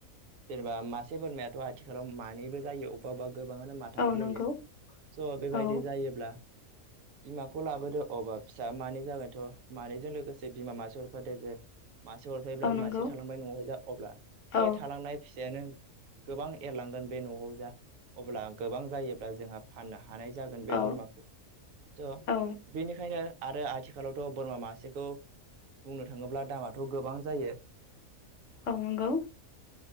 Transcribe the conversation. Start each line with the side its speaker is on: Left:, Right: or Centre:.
Right: जेनेबा मासे बोरमायाथ' आथिखालाव मानैबो जायो अबेबा अबेबा गोबाङानो माथामबाय
Left: औ नंगौ
Right: जायो स' बेबायदि
Left: औ
Right: जायोब्ला बिमाखौ लाबोदो अबा फिसा मानै जागोनथ' मानैजों लोगोसे बिमा मा सो हरफादो जे मासे हरफैब्ला
Left: औ नंगौ
Right: मासे थालांबाय न'आव जा अब्ला
Left: औ
Right: बै थालांनाय फिस यामे गोबां एरलांगोन बे न'आव जा अब्ला गोबां जायोब्ला जोंहा फाननो हानाय जागोन बे
Left: औ
Right: बोरमाखौ थ'
Left: औ
Right: बेनिखायनो आरो आथिखालावथ' बोरमा मासेखौ बुंनो थाङोब्ला दामाथ' गोबां जायो
Left: औ‌ नंगौ